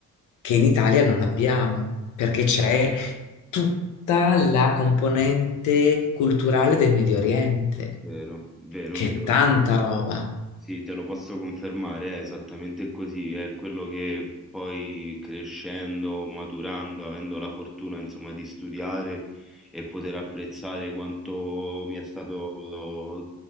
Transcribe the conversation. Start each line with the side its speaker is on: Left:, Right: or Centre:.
Left: che in Italia non abbiamo, perché c'è tutta la componente culturale del Medio Oriente,
Centre: Vero, vero,
Left: che
Centre: vero,
Left: è tanta
Centre: vero.
Left: roba.
Centre: Sì, te lo posso confermare, è esattamente così, è quello che poi crescendo, maturando, avendo la fortuna insomma di studiare e poter apprezzare quanto mi è stato